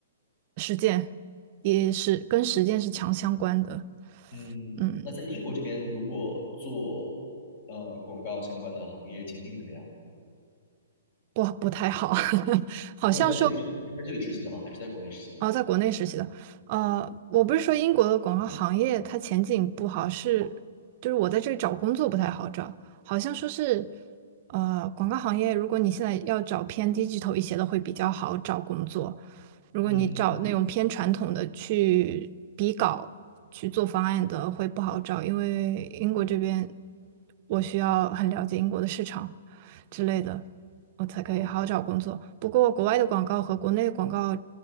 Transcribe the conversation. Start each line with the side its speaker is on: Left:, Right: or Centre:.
Right: 实践也是跟实践是强相关的，
Left: 嗯，
Right: 嗯，
Left: 那在英国这边，如果做呃广告相关的行业，前景怎么样？
Right: 不不太好，<laughs> 好像说
Left: 你有在这里你是在这里实习的吗？还是在国内实习的？
Right: 哦，在国内实习的，呃，我不是说英国的广告行业它前景不好，是就是我在这里找工作不太好找，好像说是，呃，广告行业如果你现在要找偏低级头一些的会比较好找工作，如果你找那种偏传统的去比稿去做方案的会不好找，
Left: 嗯，
Right: 因为英国这边我需要很了解英国的市场。之类的，我才可以好好找工作。
Left: 哦，
Right: 不过国外的广告和国内的广告
Left: 了